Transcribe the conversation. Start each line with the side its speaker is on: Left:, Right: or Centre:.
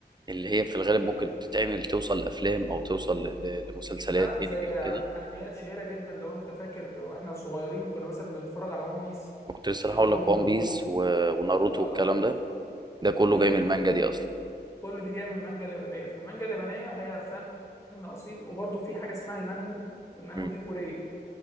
Right: اللي هي في الغالب
Left: آه،
Right: ممكن تتعمل توصل لافلام او توصل ل- لمسلسلات
Left: لا زي
Right: انمي وكده
Left: انميات شهيرة جدا لو انت فاكر واحنا صغيرين كنا مثلا بنتفرج على ون بيس
Right: ما كنت لسه
Left: دراجون
Right: هقول لك وان
Left: بول
Right: بيس و... وناروتو
Left: آه
Right: والكلام ده ده كله
Left: كل
Right: جاي من
Left: دي
Right: المانجا دي اصلا
Left: كل دي جاية من المانجا اليابانية فالمانجا اليابانية هي فن أصيل وبرضه في حاجة اسمها المانهو والمانهو
Right: مم.
Left: دي كورية